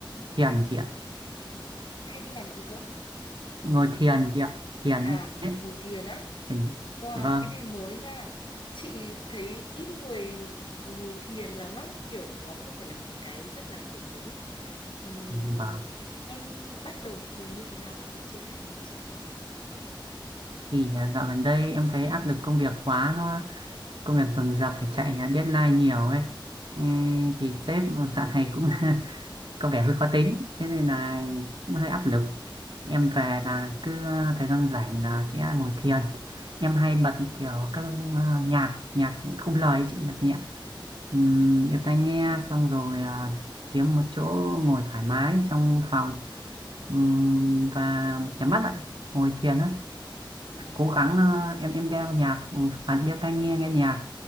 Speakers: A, on the right (about 70°); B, on the left (about 75°).
A: thiền chị ạ
B: Hay đi làm gì cơ?
A: ngồi thiền chị ạ thiền
B: À,
A: ấy, ấy.
B: ngồi thiền á.
A: Thiền.
B: Wow,
A: vâng
B: cái này mới nha. Chị thấy ít người ngồi thiền lắm á, kiểu nó không phải là một cái rất là phổ biến ý. Ừm,
A: vâng
B: em bắt đầu thiền như thế nào có thể chia sẻ thêm cho chị được không?
A: thì à, dạo gần đây em thấy áp lực công việc quá nó công việc dồn dập phải chạy à, deadline nhiều ấy Ê, thì
B: Ừ.
A: sếp dạo này cũng <laughs> công việc hơi khó tính thế nên là cũng hơi áp lực em về là cứ ờ, thời gian rảnh là sẽ ngồi thiền em hay bật kiểu các ờ, nhạc nhạc không lời ấy chị nhạc nhẹ
B: Ừ.
A: Ừm, em tai nghe xong rồi à, kiếm một chỗ ngồi thoải mái trong phòng Ừm, và nhắm mắt lại ngồi thiền á
B: ồ
A: cố gắng ờ, em em đeo nhạc ừ, à, đeo tai nghe nghe nhạc